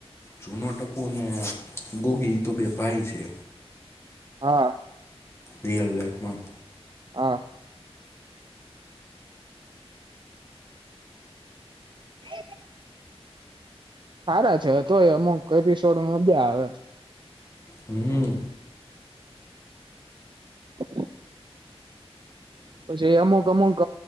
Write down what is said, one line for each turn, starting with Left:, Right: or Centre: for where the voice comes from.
Left: જૂનો ટપુ ને ગોગી તો બે ભાઈ છે
Right: હા
Left: રિયલ લાઈફમાં
Right: હા <inaudible> સારા છે તોય અમુક એપિસોડ મજા આવે
Left: હમ
Right: <inaudible> પછી એ અમુક અમુક